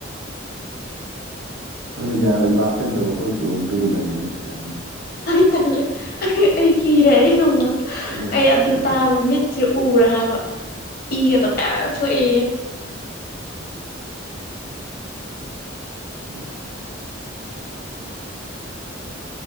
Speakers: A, on the right; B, on the left.
A: ꯍ‌ꯣꯏꯅ‌ꯦ ꯒꯌꯥ ꯒ꯭ꯂꯥꯁ ꯂꯩꯇꯕ ꯑꯈꯣꯏ ꯁꯨꯂꯣꯡ ꯇꯧꯕꯗꯥꯅꯤꯅꯦ ꯍ‌ꯦꯟ
B: ꯑꯩ ꯇꯜꯂꯦ ꯑꯩ ꯑꯩ ꯀꯤꯔꯦ ꯑꯩ ꯉꯝꯃꯔ‌ꯣꯏ
A: ꯑꯣꯏꯅ
B: ꯑꯩ
A: ꯍꯥꯞꯄꯤꯒꯦꯕ
B: ꯑꯗꯨ ꯇꯥꯕ ꯃꯤꯠꯁꯤ ꯎꯔ‌ꯦ ꯍꯥꯏꯕ ꯏꯒꯗꯣ ꯄꯔ ꯊꯣ ꯑꯦ
A: <unintelligible>